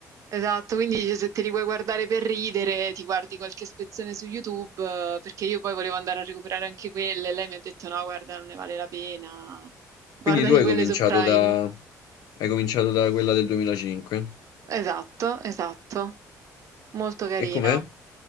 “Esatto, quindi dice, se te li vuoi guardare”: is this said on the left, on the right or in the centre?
Right